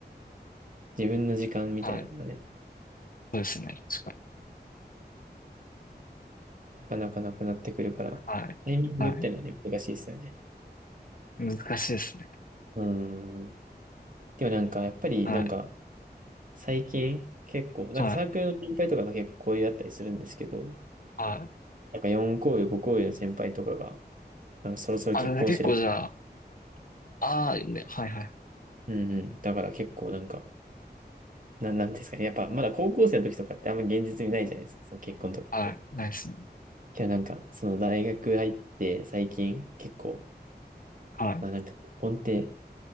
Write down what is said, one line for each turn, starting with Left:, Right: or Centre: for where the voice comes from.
Right: 自分の時間みたいなのがね、
Left: はい。そうですね。確かに。
Right: なかなかなくなってくるから、
Left: はい。
Right: タイミングってのはね、
Left: はい。
Right: 難しいですよね。
Left: 難しいですね。
Right: うーん。でもなんか、やっぱりなんか、
Left: はい。
Right: 最近結構、なんかサークルの先輩とかと結構交流あったりするんですけど、
Left: はい。はい。
Right: なんか4校上、5校上の先輩とかが、なんかそろそろ結婚しら
Left: あ、で結構じゃあ、ああ、ね、はいはい。
Right: うんうん。だから結構なんか、な、なんていうんですかね。やっぱまだ高校生の時とかってあんま現実味ないじゃないですか。その結婚とかって。
Left: はい。ないですね。
Right: けどなんか、その大学入って最近結構、
Left: はい。
Right: あ、なんか結婚って